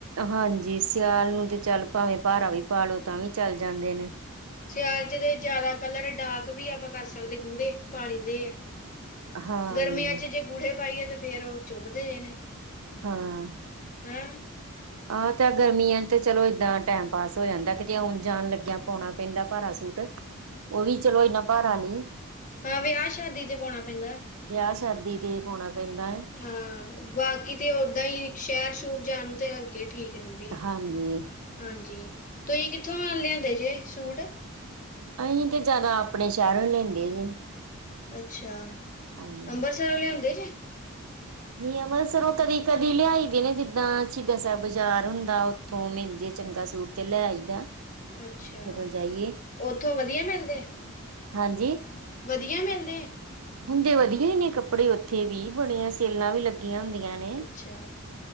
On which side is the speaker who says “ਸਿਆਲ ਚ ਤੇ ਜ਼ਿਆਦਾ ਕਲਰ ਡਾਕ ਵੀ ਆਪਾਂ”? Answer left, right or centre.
Left